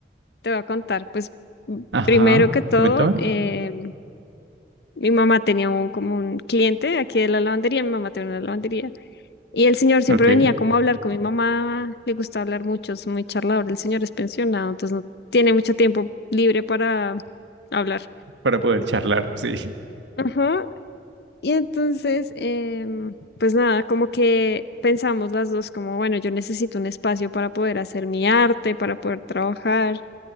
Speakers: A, on the left; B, on the right.
A: Te voy a contar, pues
B: Ajá,
A: primero que todo,
B: coméntame.
A: eh, mi mamá tenía un, como un cliente aquí de la lavandería, mi mamá tenía una lavandería, y el señor siempre
B: Ok,
A: venía como a hablar con mi mamá, le gusta hablar mucho, es muy charlador, el señor es pensionado, entonces no tiene mucho tiempo libre para hablar.
B: para poder charlar, sí.
A: Ajá. Y entonces, em, pues nada, como que pensamos las dos como, bueno, yo necesito un espacio para poder hacer mi arte, para poder trabajar